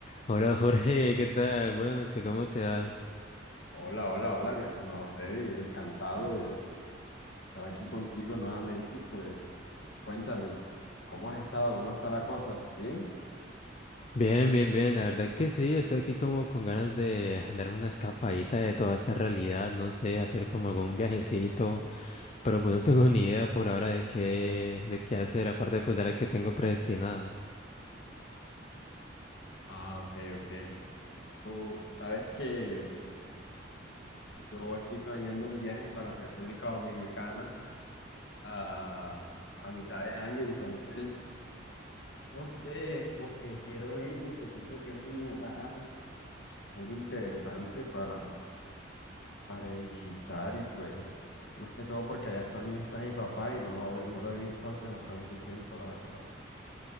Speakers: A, on the left; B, on the left.
A: Hola Jorge, ¿qué tal? Buenas noches, ¿cómo te va?
B: Hola, hola, hola, mi estimado Freddy. Encantado de estar aquí contigo nuevamente y pues cuéntame, ¿cómo has estado? ¿Cómo está la cosa? ¿Bien?
A: Bien, bien, bien, la verdad que sí, estoy aquí como con ganas de darme una escapadita de toda esta realidad, no sé, hacer como algún viajecito, pero pues no tengo ni idea por ahora de qué, de qué hacer, aparte pues de la que tengo predestinado.
B: Ah, ok, ok. Tú sabes que yo estoy planeando un viaje para República Dominicana a, a mitad de año, entonces no sé, como que quiero ir porque siento que es un lugar muy interesante para para visitar y pues, más que todo porque allá también está mi papá y no lo, ve- no lo he visto hace bastante tiempo, la verdad.